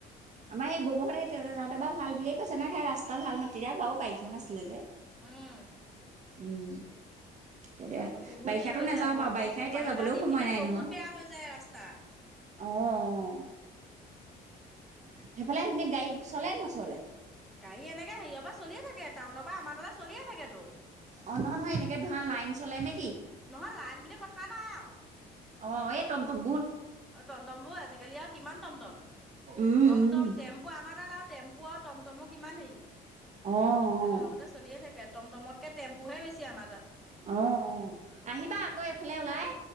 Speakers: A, on the right; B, in the centre.
A: আমাৰ সেই ববহেতে তেতে যাওঁতে বাও ভাল বুলিয়ে কৈছে নয় সেই ৰাস্তা ভাল নাতিৰা বাও বাৰিষা আছিলে যে।
B: উম।
A: উম। তেতিয়া
B: এ বহুত
A: বাৰিষাটো
B: হেৰি হৈ
A: নাযাওঁ
B: যায় বৰষ
A: বাও বাৰিষা এতিয়া যাবলৈও
B: দিনকেইটাত
A: সময় নাই
B: বহুত
A: নহয়।
B: বেয়া হৈ যায় ৰাস্তা।
A: অও অহ। সেইফালে সেনে গাড়ী চলে নচলে।
B: গাড়ী এনেকে সেইয়ৰ পা চলিয়ে থাকে টাউনৰ পা আমাৰ তালে চলিয়ে থাকে।
A: অ নহয় নহয় এনেকে ধৰা লাইন চলে নেকি?
B: নহয় লাইন বুলি কথা নাই আও।
A: অ এ টমটম।
B: অ টমটম বু আজিকালি আৰু কিমান টমটম
A: উম,
B: টম
A: উম,
B: টম টেম্পু আমাৰ তাত আৰু টেম্পু আৰু টমটমো কিমান সেই।
A: অ', অ',
B: তাত অনপতে চলিয়ে থাকে টমটমতকে টেম্পুহে বেছি আমাৰ তাত।
A: অহ অহ আহিবা আক এফালে ওলাই।